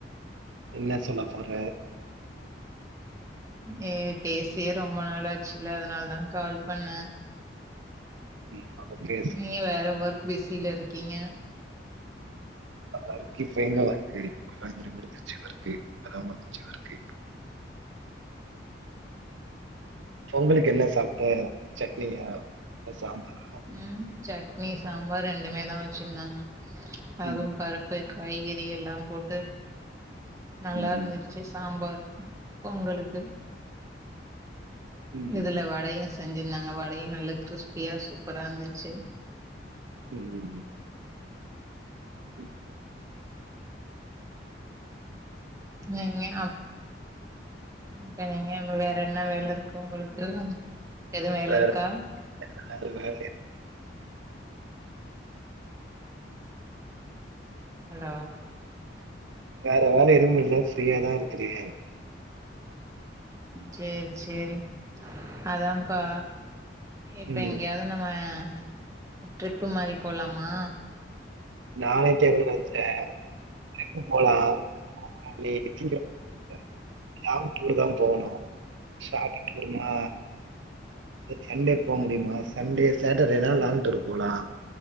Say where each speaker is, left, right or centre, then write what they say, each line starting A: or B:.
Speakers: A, on the right; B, on the right.
A: என்ன சொல்ல போற
B: ஏ பேசியே ரொம்ப நாள் ஆச்சுல்ல அதனாலதா கால் பண்ண
A: ம் அப்ப பேசு
B: நீ வேற ஒர்க் பிசில இருக்கீங்க
A: அவளுக்கு இப்ப எங்க ஒர்க்கு <unintelligible> இருந்துச்சி ஒர்க்கு அதா வந்துச்சி ஒர்க்கு பொங்கலுக்கு என்ன சாப்ட்ட சட் னியா அ சாம்பாரா
B: ம் சட்னி சாம்பார் ரெண்டுமேதா வச்சிர்ந்தாங்க அதுவு
A: ம்,
B: பருப்பு காய்கறி எல்லாம் போட்டு நல்லார்ந்துச்சு
A: ம்,
B: சாம்பார் பொங்கலு க்கு
A: ம்,
B: இதுல
A: ம்.
B: வடைய செஞ்சிருந்தாங்க வடையு நல்ல கிரிஸ்பியா சூப்பரா இருந்துச்சு
A: உம் உம் உம்
B: ஞா ஞா வேற எங்க வேற என்ன வேல இருக்கு உங்களுக்கு எதுவும் வேல
A: வேற
B: இருக்கா
A: வேற வேல
B: ஹலோ
A: வேற வேல எதுவும் இல்ல ஃப்ரீயாதா இருக்கிறீயா
B: சேரி சேரி அதாப்பா இப்ப
A: ம்.
B: எங்கயாது நம்ம அ டிரிப்பு மாதிரி போலாமா
A: நாளைக்கே எடுத்துட்டே டிரிப்பு போலா <unintelligible> போனு சாப்டுட்டு வருமா சண்டே போக முடியுமா சண்டே சாட்டர்டேனா லாங் டூர் போலா